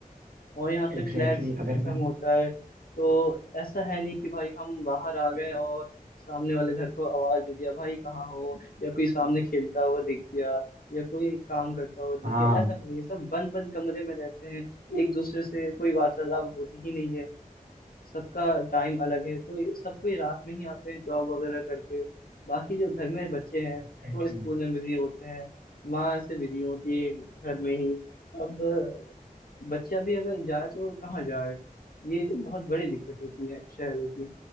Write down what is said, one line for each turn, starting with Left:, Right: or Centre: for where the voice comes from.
Left: और यहाँ पे
Right: एग्जैक्टली
Left: फ्लैट सिस्टम
Right: exactly, अगर मैं
Left: होता है तो ऐसा है नहीं कि भाई हम बाहर आ गए और सामने वाले घर को आवाज दे दिया भाई कहाँ हो या कोई सामने खेलता हुआ दिख गया या कोई काम करता हुआ दिख
Right: हाँ
Left: गया ऐसा नहीं है सब बंद बंद कमरे में रहते हैं एक दूसरे से कोई वार्तालाप होती ही नहीं है सबका टाइम अलग है कोई सब कोई रात में ही आते हैं जॉब वगैरह करके बाकी जो घर में बच्चे हैं
Right: एग्जैक्टली
Left: वो स्कूल में बिजी होते हैं माँ ऐसे बिजी होती है घर में ही अब अ, बच्चा भी अगर जाए तो कहाँ जाए ये बहुत बड़ी दिक्कत होती है शहरों की